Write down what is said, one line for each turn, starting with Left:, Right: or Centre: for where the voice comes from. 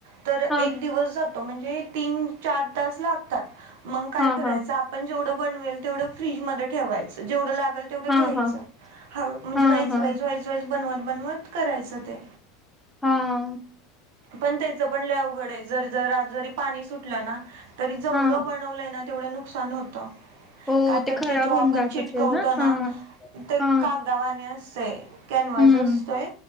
Right: तर एक
Centre: हां,
Right: दिवस जातो म्हणजे तीन चार तास लागतात मग काय
Centre: हां,
Right: कराय
Centre: हां,
Right: आप जवं बनवेल तेवढं फ्रीज मध्ये ठेवायचं जेवढ ला तेवढं
Centre: हां,
Right: घ्यायच
Centre: हां,
Right: हळ म्हणजे
Centre: हां,
Right: वाई
Centre: हां,
Right: वाईस वाई वाईस बनवत बनवत करायचं ते..
Centre: हम.
Right: पण त्याचं पण लय अवघड आहे. जर जर जरी पाणी सुटलं ना? तरी जेवढं
Centre: हां.
Right: बनवलंय ना तेवढं नुकसान होतं.
Centre: हो,
Right: का
Centre: ते
Right: त
Centre: खराब
Right: जेच्याव्हा
Centre: होऊन
Right: आपण
Centre: जात
Right: चिटकवतो
Centre: असेल
Right: ना?
Centre: हां,
Right: ते
Centre: हां.
Right: कागदावांनी असते. कॅनवास
Centre: हं,
Right: असतोय